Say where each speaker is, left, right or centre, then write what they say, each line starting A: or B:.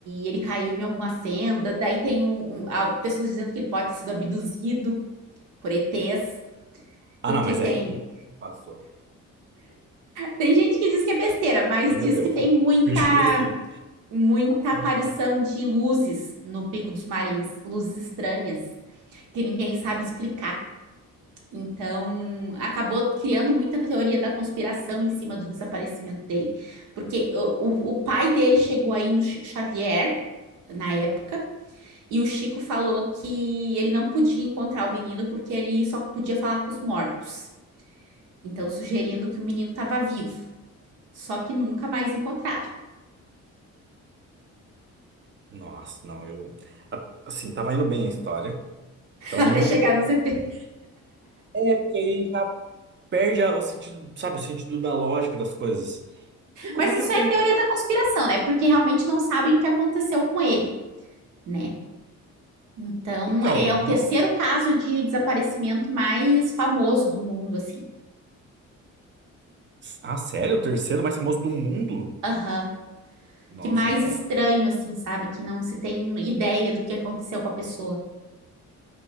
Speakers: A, on the right; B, on the right.
A: ele caiu em alguma fenda. Daí tem um, um- pessoas dizendo que ele pode ter sido abduzido por ETs.
B: Ah,
A: Porque
B: não, mas
A: tem.
B: aí passou.
A: Tem gente que diz que é besteira, mas
B: Aí
A: diz
B: Já deu.
A: que
B: <laughs>
A: tem muita
B: Eu Cresci.
A: muita
B: Aí
A: aparição
B: não dá.
A: de luzes no Pico dos Marins, luzes estranhas, que ninguém sabe explicar. Então, acabou criando muita teoria da conspiração em cima do desaparecimento dele. Porque o, o, o pai dele chegou aí no Chico Xavier, na época, e o Chico falou que ele não podia encontrar o menino porque ele só podia falar com os mortos. Então, sugerindo que o menino estava vivo. Só que nunca mais encontraram,
B: Nossa, não, eu. a- Assim, tava indo bem a história.
A: <laughs>
B: Tava
A: até
B: muito.
A: chegar
B: inter-
A: no ZT.
B: É, porque aí já perde a- o sentido, sabe, o sentido da lógica das coisas. Tem coisa
A: Mas isso
B: que não
A: é
B: tem.
A: teoria da conspiração, né? Porque realmente não sabem o que aconteceu com ele, né? Então,
B: Então,
A: é
B: não.
A: o terceiro caso de desaparecimento mais famoso do mundo, assim.
B: Ah, sério? O terceiro mais famoso do mundo?
A: Aham.
B: Nossa,
A: Que mais
B: então.
A: estranho, assim, sabe? Que não se tem ideia do que aconteceu com a pessoa.